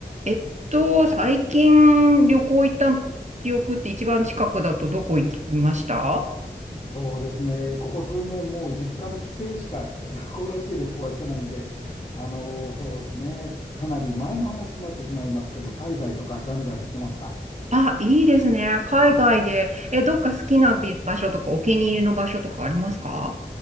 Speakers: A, on the right; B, on the left.
A: えっと、最近旅行行った記憶って一番近くだとどこ行きました
B: そうですね、ここ数年、もう実家の帰省しか旅行らしい旅行はしてないんで、あのそうですね、かなり前の話になってしまいますけど、海外とかじゃんじゃん行ってました。
A: あ、いいですね。海外で。え、どっか好きなび場所とかお気に入りの場所とかありますか